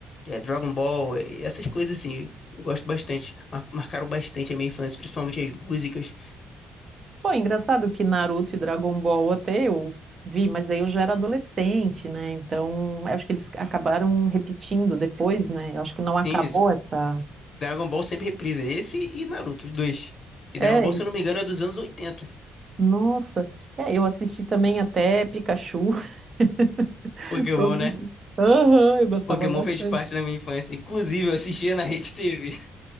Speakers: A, on the left (about 45°); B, on the right (about 40°).
A: é, Dragon Ball, é, essas coisas assim. Eu gosto bastante, mar- marcaram bastante a minha infância, principalmente as músicas.
B: Pô, é engraçado que Naruto e Dragon Ball até eu vi, mas aí eu já era adolescente, né? Então, eu acho que eles acabaram repetindo depois, né? Eu acho que não
A: Sim,
B: acabou essa.
A: Dragon Ball sempre reprisa esse e Naruto, os dois. E Dragon
B: É,
A: Ball,
B: isso.
A: se eu não me engano, é dos anos oitenta
B: nossa. É, eu assisti também até Pikachu, <laughs>
A: Pokémon,
B: todos
A: né?
B: esses. Aham, eu gostava
A: Pokémon
B: bastante.
A: fez parte da minha infância. Inclusive, eu assistia na Rede TV. <laughs>